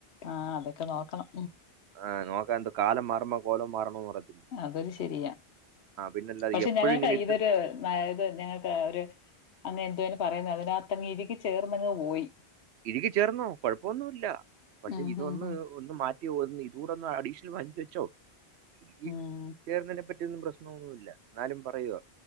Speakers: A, on the left; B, on the right.
A: ആഹ് അതൊക്കെ നോക്കണം.
B: ആഹ് നോക്കായെന്ത് കാലം മാറ്മ്പൊ കോലം മാറണമെന്ന് പറയ
A: അതൊരു ശരിയാ
B: പിന്നല്ലാതെ
A: പക്ഷെ
B: എപ്പോഴും
A: ഞങ്ങക്കിതൊരു
B: ഇങ്ങനെ ഇരുത്ത
A: ഇത് ഞങ്ങൾക്ക് ഒരു. അങ്ങനെ എന്തുവാ പറയുന്നുന്നത് അതിനകത്തങ്ങ് ഇഴുകി ചേർന്നങ്ങ് പോയി.
B: ഇഴുകി ചേർന്നോ കൊഴപ്പൊന്നുമില്ല പക്ഷെ
A: ഉം,
B: ഇതൊന്ന്.
A: ഹും, ഹും.
B: ഒന്ന് മാറ്റിയൊന്ന് ഇത് കൂടൊന്ന് അഡീഷണൽ മാറ്റി വെച്ചോ ഇഴുകി
A: ഉം.
B: ചേർന്നതിനെ പറ്റി. ന്നും പ്രശ്നമൊന്നുമില്ല എന്നാലും പറയുവ